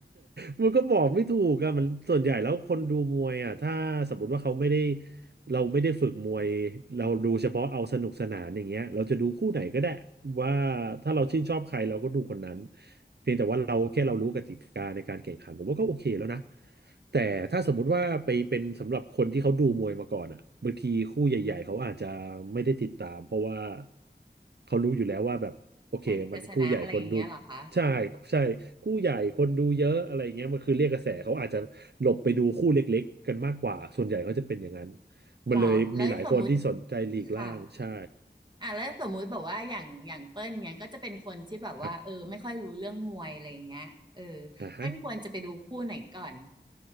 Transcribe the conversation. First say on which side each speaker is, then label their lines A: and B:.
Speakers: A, on the right; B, on the right.
A: <laughs> มันก็บอกไม่ถูกอะมันส่วนใหญ่แล้วคนดูมวยอะถ้าสมมติว่าเขาไม่ได้เราไม่ได้ฝึกมวยเราดูเฉพาะเอาสนุกสนานอย่างเงี้ยเราจะดูคู่ไหนก็ได้ว่าถ้าเราชื่นชอบใครเราก็ดูคนนั้นเพียงแต่ว่าเราแค่เรารู้กติกาในการแข่งขันผมว่าก็โอเคแล้วนะแต่ถ้าสมมุติว่าไปเป็นสำหรับคนที่เขาดูมวยมาก่อนอ่ะบางทีคู่ใหญ่ๆเขาอาจจะไม่ได้ติดตามเพราะว่าเขารู้อยู่แล้วว่าแบบโอเคมันคู่ใหญ่คนดู
B: ใครจะชนะอะไรอย่างเงี้ยเหรอคะ
A: ใช่ใช่คู่ใหญ่คนดูเยอะอะไรเงี้ยมันคือเรียกกระแสเขาอาจจะหลบไปดูคู่เล็กๆกันมากกว่าส่วนใหญ่เขาจะเป็นอย่างนั้น
B: หรอแล้วสมมุติ
A: มันเลยมีหลายคนที่สนใจลีกล่างใช่
B: ค่ะอ่ะแล้วสมมุติแบบว่าอย่างอย่างเปิ้ลเนี้ยก็จะเป็นคนที่แบบว่าเออไม่ค่อยรู้เรื่องมวยอะไรอย่างเงี้ยเออ
A: ครับอ่าฮะ
B: เปิ้ลควรจะไปดูคู่ไหนก่อน